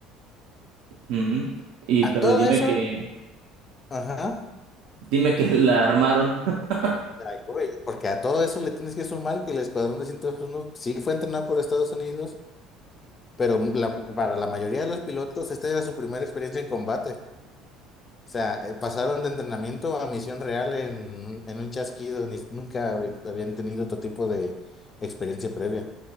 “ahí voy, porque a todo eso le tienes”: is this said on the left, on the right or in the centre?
Left